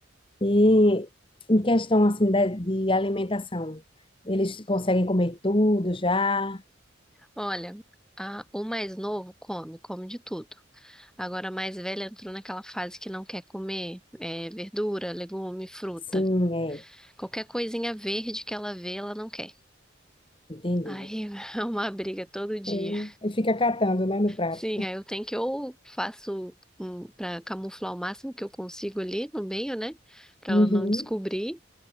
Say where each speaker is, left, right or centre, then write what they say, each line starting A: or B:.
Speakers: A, on the left; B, in the centre.
A: E em questão assim de, de alimentação, eles conseguem comer tudo já?
B: Olha, a- o mais novo come, come de tudo. Agora, a mais velha entrou naquela fase que não quer comer, é, verdura, legume, fruta.
A: Sim, é.
B: Qualquer coisinha verde que ela vê, ela não quer.
A: Entendi.
B: Aí <laughs> é uma briga todo dia.
A: E e fica catando, né, no prato.
B: Sim, aí eu tenho que ou faço um, para camuflar o máximo que eu consigo ali no meio, né? Pra
A: Uhum.
B: ela não descobrir,